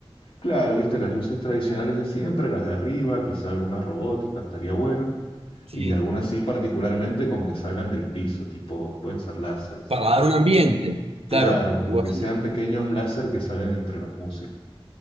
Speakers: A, on the left; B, on the right.
A: Claro, viste, las luces tradicionales de siempre, las de arriba, quizá alguna robótica, estaría bueno.
B: Sí,
A: Y algunas sí, particularmente como que salgan del piso, tipo, pueden ser láseres.
B: para dar un ambiente, claro,
A: Claro, como
B: algo
A: que
B: así.
A: sean pequeños láser que salen entre los músicos